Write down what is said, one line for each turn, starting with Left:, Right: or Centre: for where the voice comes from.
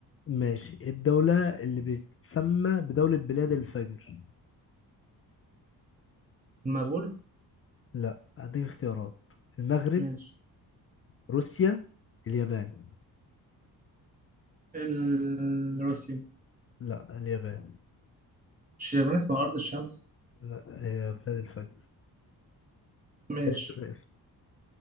Left: ماشي الدولة اللي بتسمى بدولة بلاد الفجر
Right: المغول
Left: لا هديك اختيارات المغرب
Right: ماشي
Left: روسيا اليابان
Right: ال- روسيا
Left: لا اليابان
Right: مش اليابان اسمها أرض الشمس
Left: لا هي بلاد الفجر
Right: ماشي
Left: عرفت الاسم